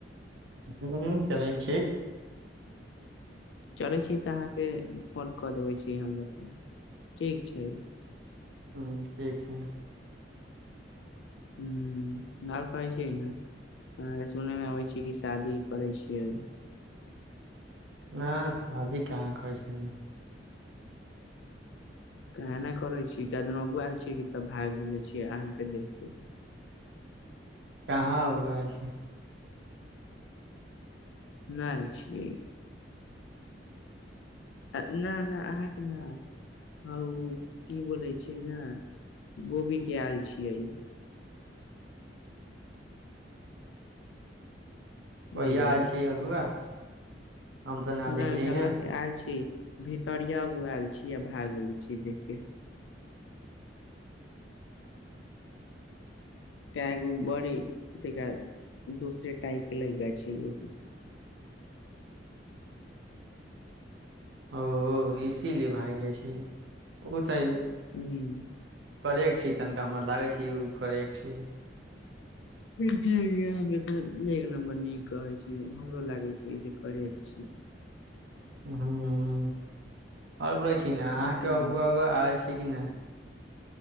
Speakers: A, on the right; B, on the left.
A: हूँ हूँ चलै छी।
B: चलै छी तऽ अहाँके फोन कऽ देबै छी हमरा ठीक छै।
A: हूँ ठीक छै।
B: हूँ नाव अइछ ने? हँ सुनैमे अबै छी कि शादी करै छियै।
A: ना शादी कहाँ करै छी।
B: केहने करै छी कए दिन अगूआ आयल छी कि तब भागि गेल छियै अहाँके देख के।
A: कहाँ अगुआ आयल छै?
B: नै आयल छियै। आ ना ना अहाँके नहि। ह ओ की बोलै छै ने बोबीके आयल छियै।
A: ओह
B: हेलो
A: आयल छै अगुआ। हम तऽ ना
B: नहि
A: देखली
B: झलक
A: हे
B: के आयल छी। भीतर य अगूआयल छी आ भागल छी देखके। कै गो बड़ी देखाइ दोसरे टाइपके लड़ि जाइ छै ओहीसे।
A: <unintelligible> ओ इसीलिए भागि जाइ छै ओतहि।
B: हूँ
A: करेक छै तनिका हमरा लागै छै ओ करेक छै।
B: ई चिज अहाँके तऽ एक नम्बर नीक कहै छी। हमरो लागै छै जे करेक छै।
A: हँ आबै छै। लेकिन अहाँके
B: केना
A: अगुआ अगुआ आबै छै कि नहि?